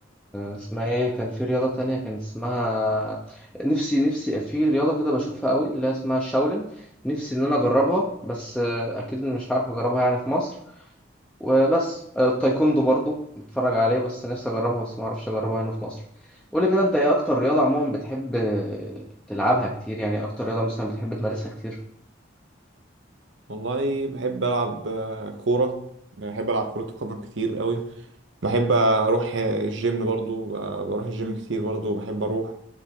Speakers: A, in the centre; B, on the right.
A: اسمها ايه كان في رياضة تانية كان اسمها نفسي نفسي في رياضة كده بشوفها قوي اللي هي اسمها الشاولين نفسي ان انا اجربها بس آه، اكيد مش هعرف اجربها يعني في مصر وبس آه، التايكوندو برضو بتفرج عليه بس نفسي اجربها بس ما اعرفش اجربها هنا في مصر قول لي كده انت ايه اكتر رياضة عموما بتحب آه، تلعبها كتير يعني إيه اكتر رياضة مثلا بتحب تمارسها كتير
B: والله بحب العب آه، كوره بحب العب كره قدم كتير قوي بحب اروح آه، الجيم برضو ب- بروح الجيم كتير برضو بحب اروح